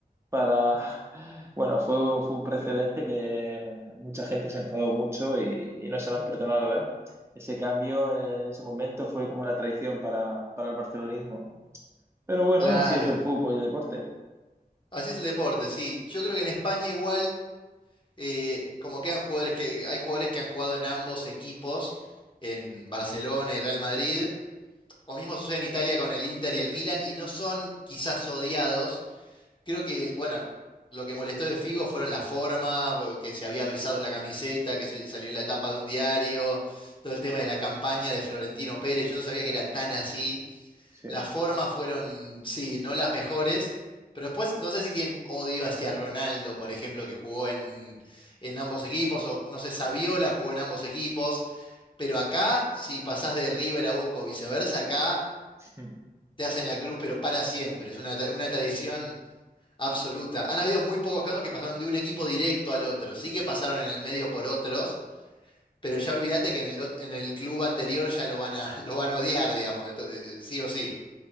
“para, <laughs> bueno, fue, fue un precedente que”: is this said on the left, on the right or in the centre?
Right